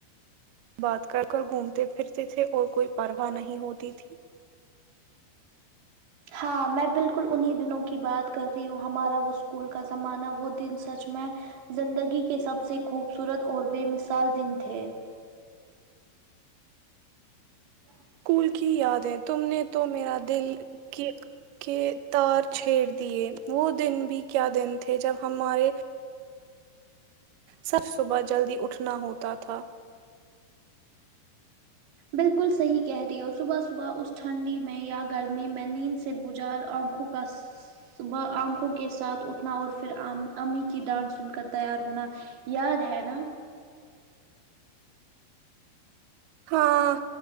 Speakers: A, on the right; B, on the right.
A: بات کر کر گھومتے پھرتے تھے اور کوئی پرواہ نہیں ہوتی تھی
B: ہاں میں بالکل انہیں دنوں کی بات کر رہی ہوں ہمارا وہ اسکول کا زمانہ وہ دن سچ میں زندگی کے سب سے خوبصورت اور بے مثال دن تھے ہاں
A: اسکول کی یاد ہے تم نے تو میرا دل کی کے تار چھیڑ دیے وہ دن بھی کیا دن تھے جب ہمارے صرف صبح جلدی اٹھنا ہوتا تھا
B: بالکل صحیح کہہ رہی ہو صبح صبح اس ٹھنڈی میں یا گرمی میں نیند سے بجال آنکھوں بس صبح آنکھوں کے ساتھ اٹھنا اور پھر امی کی ڈانڈ سن کر تیار ہونا یاد ہے نا
A: ہاں